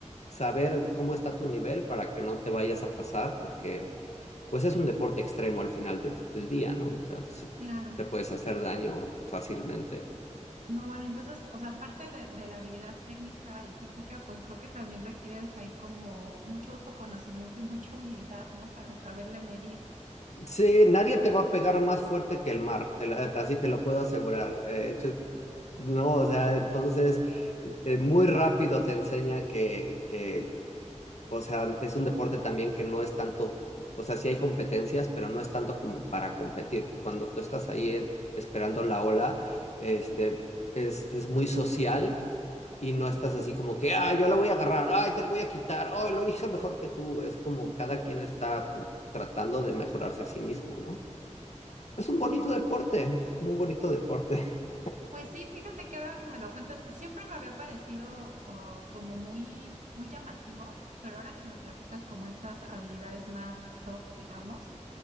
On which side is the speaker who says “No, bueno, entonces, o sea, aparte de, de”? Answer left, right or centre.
Right